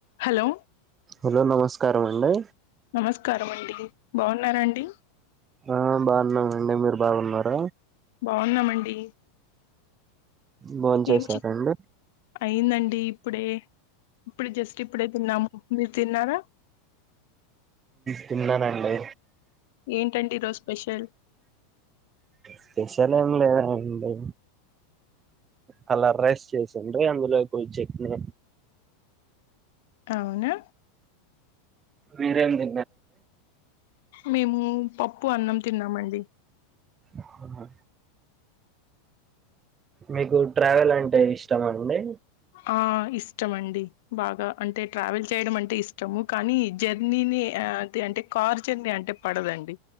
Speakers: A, on the left (about 65°); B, on the right (about 25°).
A: Hello
B: hello నమస్కారం అండి
A: నమస్కారం అండి బాగున్నారాండి
B: ఆ బాగున్నామండి మీరు బాగున్నార
A: బాగున్నామండి
B: బోన్ చేసారండి
A: ఏం చి అయిందండి ఇప్పుడే ఇప్పుడు జస్ట్ ఇప్పుడే తిన్నాము మీరు తిన్నారా
B: తిన్ననండి
A: ఏంటండి ఈరోజు స్పెషల్
B: స్పెషల్ ఏం లేదండి కలర్ రెస్ చేసిండీ అందులో కొ చట్నీ
A: అవునా
B: వీరేం తిన్నారండి
A: మేము పప్పు అన్నం తిన్నామండి
B: అవునా మీకు ట్రావెల్ అంటే ఇష్టం అండి
A: ఆ ఇష్టం అండి బాగా అంటే ట్రావెల్ చేయడం అంటే ఇష్టము కానీ జర్నీనే అ అంతే అంటే కార్ జర్నీ అంటే పడదండి